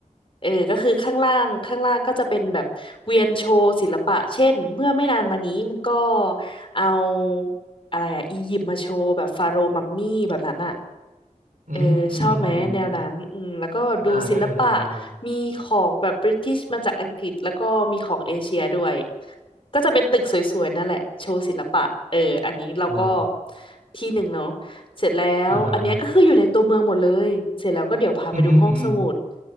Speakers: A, on the left; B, on the right.
A: เออก็คือข้างล่างข้างล่างก็จะเป็นแบบเวียนโชว์ศิลปะเช่นเมื่อไม่นานมานี้มันก็เอาอะไรอะอียิปต์มาโชว์แบบฟาโรห์มัมมี่แบบนั้นอะ
B: อืมอืมอืมอืม
A: เออชอบไหมแนวนั้นอืมแล้วก็ดูศิลปะ
B: ได้ได้ได้ได้
A: มีของแบบบริติชมาจากอังกฤษแล้วก็มีของเอเชียด้วยก็จะเป็นตึกสวยๆนั่นแหละโชว์ศิลปะเอออันนี้เราก็
B: อ๋อ
A: ที่หนึ่งเนาะเสร็จแล้วอันเนี้ยก็คืออยู่ในตัวเมืองหมดเลยเสร็จแล้วก็เดี๋ยวพาไปดูห้องสมุด
B: อ่าฮะอืมอหืมออือหือ